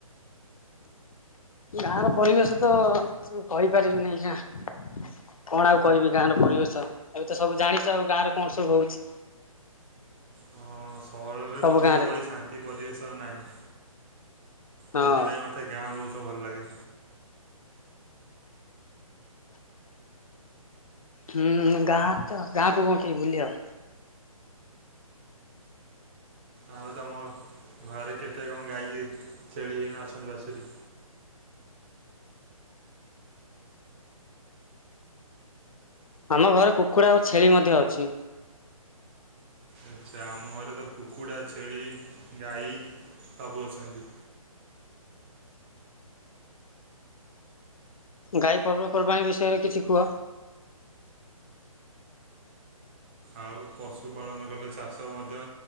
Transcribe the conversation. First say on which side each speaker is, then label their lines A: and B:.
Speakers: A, on the left; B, on the right.
A: ଗାଆଁର ପରିବେଶ ତ-ଅ-ଅ କହି ପାରିବିିନି ଏଇଖିନା। କଣ ଆଉ କହିବି ଗାଆଁର ପରିବେଶ ଏବେ ତ ସବୁ ଜାଣିଛ ଆଉ ଗାଆଁରେ କଣ ସବୁ ହଉଛି।
B: ହଁଅ-ଅ, ସହରରେ
A: ସବୁ
B: ମଧ୍ୟ
A: ଗାଁରେ
B: ଏଭଳି ଶାନ୍ତି ପରିବେଶ ଆଉ ନାହିଁ।
A: ହଁ
B: ସେଥିପାଇଁ ମୋତେ ଗାଆଁ ବହୁତ ଭଲ ଲାଗେ।
A: ହୁଁ-ଉ-ଉ ଗାଆଁ ତ ଗାଆଁକୁ କଣ କିଏ ଭୁଲି ହବ।
B: ଆଉ ତମ ଘରେ କେତେ କଣ ଗାଈ, ଛେଳି ଏଇନା ଅଛନ୍ତି ବାଛୁରୀ?
A: ଆମ ଘରେ କୁକୁଡ଼ା ଆଉ ଛେଳି ମଧ୍ୟ ଅଛି।
B: ଆଚ୍ଛା, ଆମ ଘରେ ତ କୁକୁଡ଼ା, ଛେଳି, ଗାଈ ସବୁ ଅଛନ୍ତି।
A: ଗାଈ ପର୍ବପର୍ବାଣୀ ବିଷୟରେ କିଛି କୁହ।
B: ଆଉ ପଶୁପାଳନ କଲେ ଚାଷ ମଧ୍ୟ